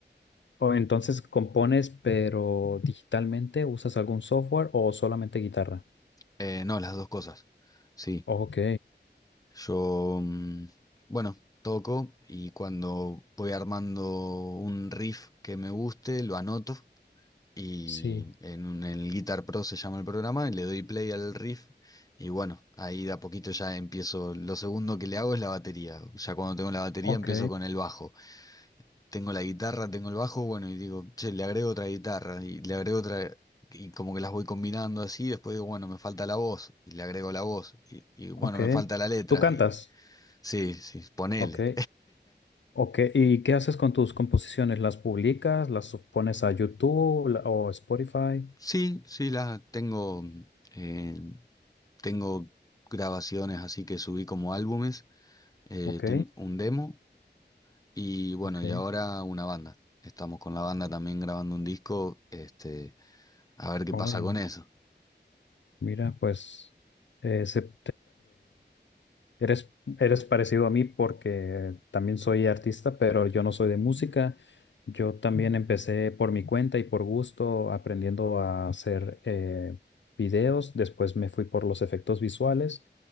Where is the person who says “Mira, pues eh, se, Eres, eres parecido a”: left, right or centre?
Left